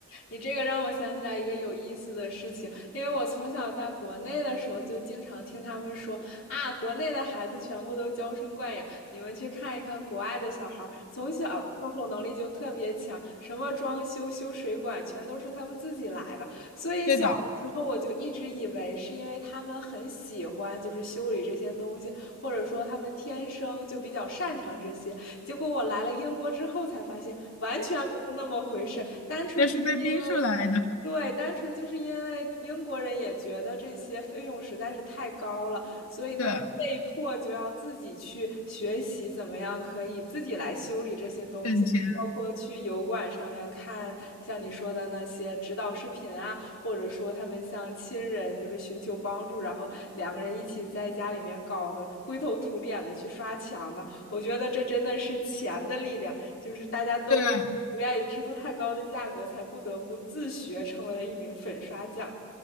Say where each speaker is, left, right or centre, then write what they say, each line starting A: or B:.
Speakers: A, on the left; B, on the left.
A: 你这个让我想起来一个有意思的事情，因为我从小在国内的时候就经常听他们说啊，国内的孩子全部都娇生惯养，你们去看一看国外的小孩从小动手能力就特别强，什么装修、修水管全都是他们自己来的。所以小的时候我就一直以为是因为他们很喜欢就是修理这些东西，
B: 对的，
A: 或者说他们天生就比较擅长这些，结果我来了英国之后才发现，完全不是那么回事，单纯就是因为，
B: 那是被逼出来的。
A: 对，单纯就是因为英国人也觉得这些费用实在是太高了，所以他们被迫就要自己去学习怎么样可以自己来修理这些东西，
B: 对，挣钱。
A: 包括去油管上面看像你说的那些指导视频啊，或者说他们向亲人就是寻求帮助，然后两个人一起在家里面搞得灰头土脸的去刷墙啊。我觉得这真的是钱的力量，就是大家都不愿意支付太高的价格，
B: 对。
A: 才不得不自学成为了一名粉刷匠。